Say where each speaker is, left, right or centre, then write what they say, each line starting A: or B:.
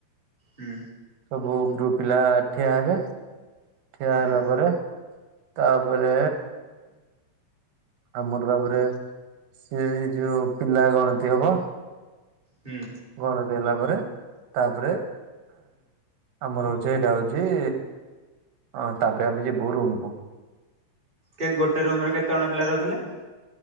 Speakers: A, on the right; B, on the right.
A: ହୁଁ।
B: ସବୁ ଗ୍ରୁପ ପିଲା ଠିଆ ହେବେ ଠିଆ
A: ହୁଁ
B: ହେଲା ପରେ। ତାପରେ ଆମର ଭାବରେ ସେଇ ଯୋଉ ପିଲା ଗଣତି ହବ।
A: ହୁଁ।
B: ଗଣତି ହେଲା ପରେ। ତାପରେ ଆମର ହଉଛି ଏଇଟା ହଉଛି। ହଁ ତାପରେ ଆମେ ଯିବୁ ରୁମକୁ।
A: କେ ଗୋଟେ ରୁମରେ କେତେଜଣ ପିଲା ରହୁଥିଲେ?